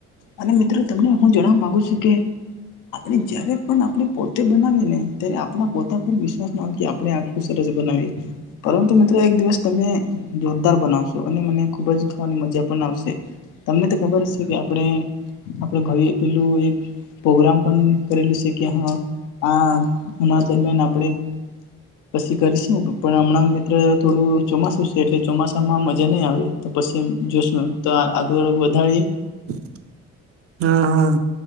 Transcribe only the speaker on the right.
<inaudible> હા હા